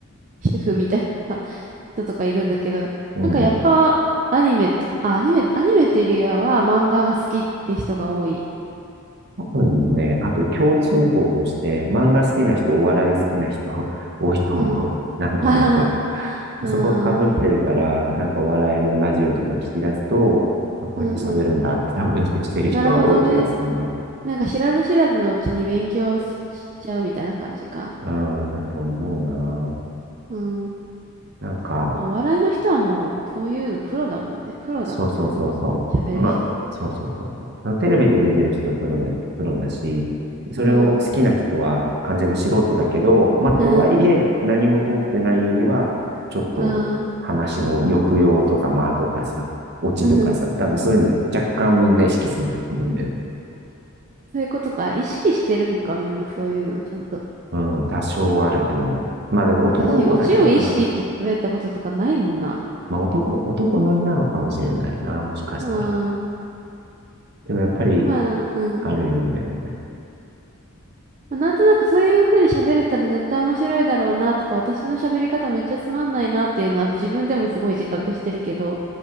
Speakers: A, on the right; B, on the right.
A: 主婦みたいな <laughs> 人とかいるんだけど、
B: うん、
A: なんかやっぱアニメと、
B: うん。
A: あ、アニメ、アニメっていうよりは漫画が好きって人が多い。
B: そうね。あと共通項として、漫画好きな人、お笑い好きな人 <laughs> 多いと思う。
A: うん。
B: なんとなく。
A: <laughs> ああ、
B: そこが被ってるから、なんかお笑いのラジオとか聞き出すと、あ、こうやって喋るんだって多分勉強してる人は多い気がするな。
A: うんうん。なるほどね。なんか知らず知らずのうちに勉強しちゃうみたいな感じか。
B: うん、だと思うな。
A: うん。
B: なんか、
A: まあ、お笑いの人はもう、そういうのプロだもんね。プロだもんね、
B: そうそうそうそう。
A: ほんと。喋る人。
B: まあ、そうそうそうそう。テレビで出てる人はプロだ、プロだし、それを好きな人は完全な素人だけど、
A: うん。
B: まあ、
A: <laughs>
B: とはいえ、何も通ってないよりは、ちょっと話の抑揚とか間とかさ、
A: ああ。
B: オチとかさ、
A: <laughs>
B: 多分そういうの若干みんな意識するんだと思うんだよね。
A: そういうことか。意識してるのか、みんなそういうのをちゃんと。
B: うん、多少あると思う。まあでも男の子だけかな。
A: 私、オチを意識して喋ったこととかないもんな。
B: まあ男、男乗りなのかもしれないな、もしかしたら。
A: うーん。
B: でもやっぱり
A: まあ、うん。
B: あるよね。
A: まあなんとなくそういう風に喋れたら絶対面白いだろうなとか、私の喋り方めっちゃつまんないなっていうのは自分でもすごい自覚してるけど、